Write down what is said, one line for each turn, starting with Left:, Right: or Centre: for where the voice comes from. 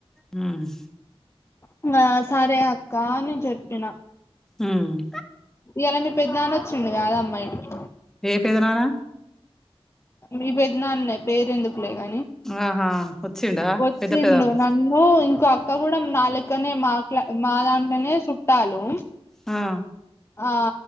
Centre: హుమ్మ్
Left: ఇంగా సరే అక్క అని జెప్పిన.
Centre: హుమ్మ్
Left: ఇయాలా మీ పెద్ద నాన్న ఒచ్చిండు కాద్ అమ్మా ఈడికి.
Centre: ఏ పెదనాన్న.
Left: మీ పెద్దనాన్నే పేరు ఎందుకులే గాని
Centre: ఆహా వచ్చిండా
Left: వచ్చిండు
Centre: పెద్ద పెదబాబు
Left: న న్ను ఇంకో అక్క కూడా నా లెక్కనే మాట్ల మా దాంట్లోనే చుట్టాలు
Centre: ఆ
Left: ఆ